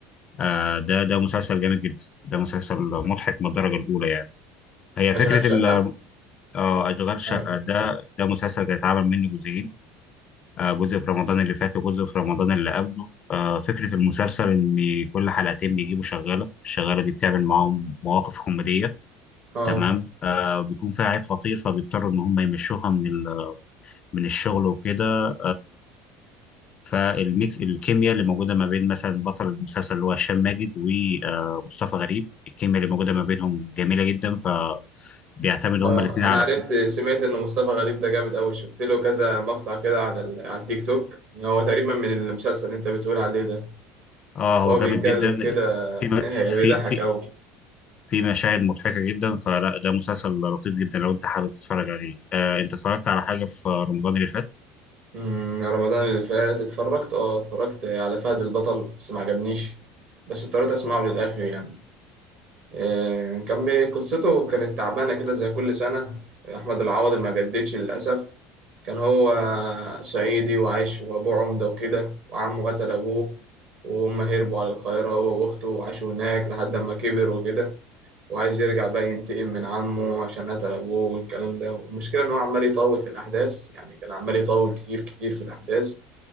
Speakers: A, on the left (about 40°); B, on the right (about 60°).
A: أه ده ده مسلسل جامد جدا ده مسلسل مضحك من الدرجة الاولى يعني هي
B: اشغال
A: فكرة
B: شقه
A: ال- آه، اشغال شقة
B: أنا-
A: ده ده مسلسل هيتعمل منه جزئين آه، جزء في رمضان اللي فات وجزء في رمضان اللي قبله آه، فكرة المسلسل إن كل حلقتين بيجيبوا شغالة الشغالة دي بتعمل معاهم مواقف كوميدية
B: اه
A: تمام آه، بيكون فيها عيب خطير فبيضطروا إن هم يمشوها من ال- من الشغل وكده فالميكس الكيمياء اللي موجوده ما بين مثلا بطل المسلسل اللي هو هشام ماجد ومصطفى غريب الكيمياء اللي موجوده ما بينهم جميله جدا ف بيعتمدوا
B: اه
A: هما الاثنين
B: انا
A: على
B: عرفت سمعت ان مصطفى غريب ده جامد قوي شفت له كذا مقطع كده على ال- على التيك توك هو تقريبا من المسلسل اللي انت بتقول عليه ده
A: اه
B: هو
A: هو جامد
B: بيتكلم
A: جدا
B: كده
A: في
B: <laughs> بيضحك
A: في في
B: قوي
A: في مشاهد مضحكة جدا فلا ده مسلسل لطيف جدا لو انت حابب تتفرج عليه آه انت اتفرجت على حاجة في رمضان اللي فات
B: أمم، رمضان اللي فات اتفرجت اه اتفرجت على فهد البطل بس ما عجبنيش بس اضطريت اسمعه للاخر يعني إيه، كان بي- قصته كانت تعبانه كده زي كل سنه احمد العوضي ما جددش للاسف كان هو صعيدي وعايش وأبوه عمدة وكده وعمه قتل أبوه وهم هربوا على القاهرة هو وأخته وعاشوا هناك لحد ما كبر وكده وعايز يرجع بقى ينتقم من عمه عشان قتل أبوه والكلام ده والمشكلة إن هو عمال يطول في الأحداث يعني كان عمال يطول كتير كتير في الأحداث